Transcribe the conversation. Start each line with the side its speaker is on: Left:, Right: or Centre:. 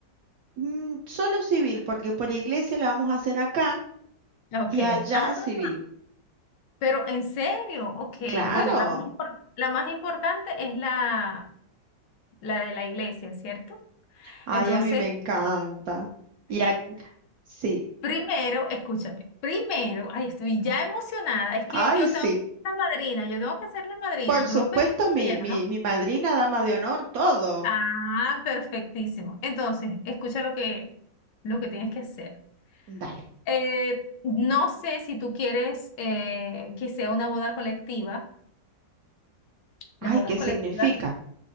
Right: Mm, solo civil, porque por iglesia la vamos a hacer acá
Left: Ok,
Right: y allá
Left: ajá.
Right: civil.
Left: Pero en serio, ok.
Right: Claro,
Left: Bueno, la más, impor- la más importante es la, la de la iglesia, ¿cierto?
Right: ay,
Left: Entonces,
Right: a mí me encanta. Y ac- sí,
Left: primero, escúchame, primero, ay, estoy ya emocionada, es que
Right: ay,
Left: yo
Right: sí.
Left: tengo que ser la madrina, yo tengo que ser la madrina,
Right: Por
Left: tú
Right: supuesto,
Left: lo pensaste
Right: mi,
Left: ya,
Right: mi,
Left: ¿no?
Right: mi madrina, dama de honor, todo.
Left: Ah, perfectísimo. Entonces, escucha lo que, lo que tienes que hacer.
Right: Dale.
Left: Eh, no sé si tú quieres eh, que sea una boda colectiva, las
Right: Ay,
Left: bodas
Right: ¿qué
Left: colectivas.
Right: significa?